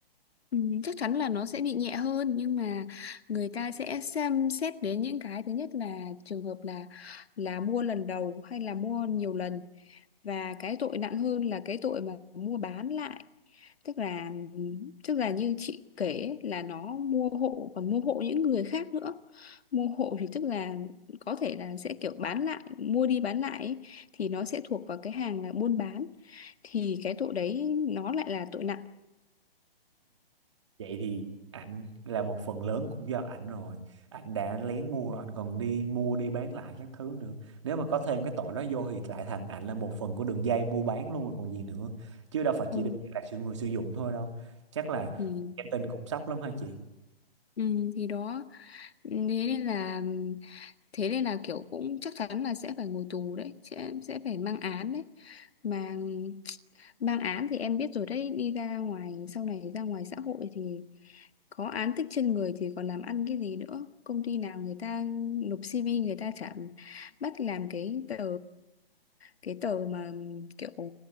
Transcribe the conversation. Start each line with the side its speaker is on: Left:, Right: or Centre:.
Left: ừ, chắc chắn là nó sẽ bị nhẹ hơn nhưng mà người ta sẽ xem xét đến những cái thứ nhất là trường hợp là là mua lần đầu hay là mua nhiều lần và cái tội nặng hơn là cái tội mà mua bán lại tức là tức là như chị kể ấy, là nó mua hộ còn mua hộ những người khác nữa mua hộ thì tức là có thể là sẽ kiểu bán lại mua đi bán lại ấy, thì nó sẽ thuộc vào cái hàng là buôn bán thì cái tội đấy nó lại là tội nặng
Right: vậy thì ảnh là một phần lớn cũng do ảnh rồi ảnh đã lén mua rồi ảnh còn đi mua đi bán lại các thứ nữa nếu mà có thêm cái tội đó vô thì lại thành ảnh là một phần của đường dây mua bán luôn rồi còn gì nữa chứ đâu phải
Left: ừ,
Right: chỉ đơn là sự người sử dụng thôi đâu chắc là
Left: thì
Right: em tin cũng sốc lắm hả chị
Left: ừ, thì đó thế nên là thế nên là kiểu cũng chắc chắn là sẽ phải ngồi tù đấy sẽ sẽ phải mang án đấy mà <tsk> mang án thì em biết rồi đấy đi ra ngoài sau này ra ngoài xã hội thì có án tích trên người thì còn làm ăn cái gì nữa công ty nào người ta nộp CV người ta chả bắt làm cái tờ cái tờ mà kiểu